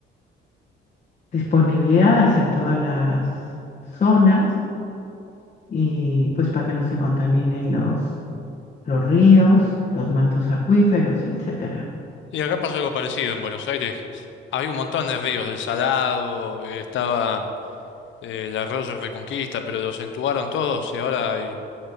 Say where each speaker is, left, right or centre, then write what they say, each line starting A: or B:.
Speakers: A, on the left (about 35°); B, on the left (about 70°).
A: disponibilidad hacia todas las zonas y pues para que no se contaminen los, los ríos, los mantos acuíferos, etcétera.
B: Y acá pasó algo parecido en Buenos Aires. Había un montón de ríos, el Salado, eh, estaba... eh, el Arroyo Reconquista, pero lo acentuaron todos y ahora hay-